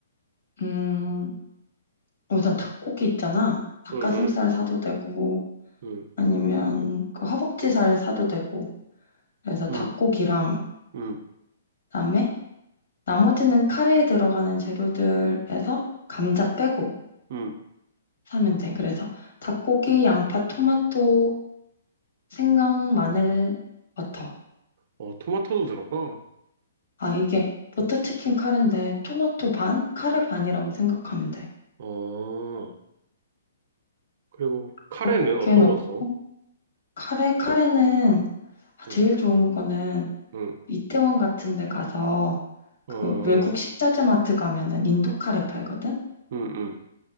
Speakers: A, on the left (about 80°); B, on the right (about 40°).
A: 음, 우선 닭고기 있잖아. 닭가슴살
B: 응, 응,
A: 사도 되고
B: 응,
A: 아니면 그 허벅지살 사도 되고. 그래서 닭고기랑
B: 응, 응,
A: 그다음에 나머지는 카레에 들어가는 재료들에서 감자 빼고
B: 응.
A: 사면 돼. 그래서 닭고기, 양파, 토마토, 생강, 마늘, 버터.
B: 어, 토마토도 들어가?
A: 아, 이게 버터 치킨 카레인데 토마토
B: 응.
A: 반, 카레 반이라고 생각하면 돼.
B: 어, 그리고 카레는
A: 그렇게
B: 어떤
A: 넣고
B: 거 써?
A: 카레, 카레는 아,
B: 응,
A: 제일 좋은 거는
B: 응,
A: 이태원 같은 데 가서
B: 어,
A: 그 외국 식자재 마트 가면은 인도 카레 팔거든?
B: 응, 응.